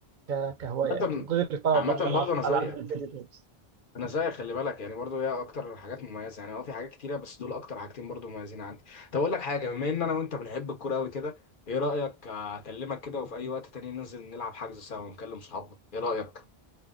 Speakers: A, on the right; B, on the left.
A: ك- كهواية
B: عامة
A: غير طبعا
B: عامة
A: بعض الألعاب
B: برضه أنا زيك
A: ألعاب الفيديو جيمز
B: أنا زيك خلي بالك يعني برضه هي أكتر حاجات مميزة يعني أه في حاجات كتيرة بس دول أكتر حاجتين برضه مميزين عندي طب أقول لك حاجة بما إن أنا وأنت بنحب الكورة أوي كده إيه رأيك أكلمك كده وفي أي وقت تاني ننزل نلعب حجز سوا ونكلم صحابنا إيه رأيك؟